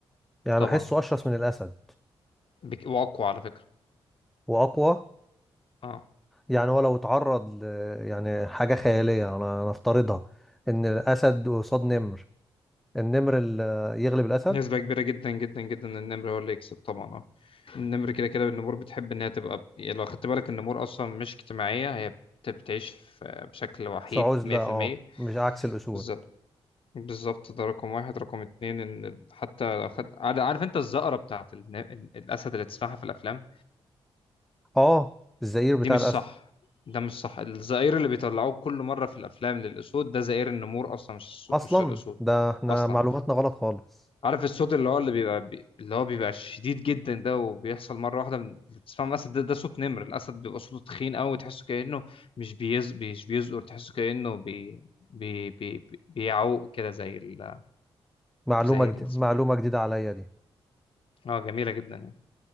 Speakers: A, in the centre; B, on the left.
A: يعني
B: طبعا
A: بحسه أشرس من الأسد
B: بك... واقوى على فكره
A: وأقوى
B: اه
A: يعني هو لو اتعرض ل... يعني حاجة خيالية أنا نفترضها إن الأسد قصاد نمر النمر ال- يغلب الأسد
B: نسبه كبيره جدا جدا جدا إن النمر هو اللي يكسب طبعا اه النمر كده كده النمور بتحب ان هي تبقى يعني لو خدت بالك النمور اصلا مش اجتماعيه هي بت- بتعيش في- بشكل وحيد
A: في عزلة
B: 100%
A: أه مش عكس الأسود
B: بالظبط بالظبط ده رقم واحد رقم اتنين ان حتى لو خد... عارف انت الزقره بتاعت الن- الاسد اللي تسمعها في الافلام
A: أه الزئير بتاع
B: دي مش
A: الأسد
B: صح ده مش صح الزئير اللي بيطلعوه كل مرة في الأفلام للأسود ده زئير النمور أصلا مش السو...
A: أصلا
B: مش الأسود
A: ده إحنا
B: أصلا
A: معلوماتنا غلط خالص
B: عارف الصوت اللي هو اللي بيبقى بي... اللي هو بيبقى شديد جدا ده وبيحصل مرة واحدة من... بتسمع مثلا ده, ده صوت نمر الأسد بيبقى صوته تخين قوي تحسه كأنه مش بيز... مش بيزقر تحسه كأنه بي... بي... بي... بيعوق كده زي ال...
A: معلومة
B: زي
A: جديدة
B: ال...
A: معلومة جديدة عليا دي
B: اه جميلة جدا يعني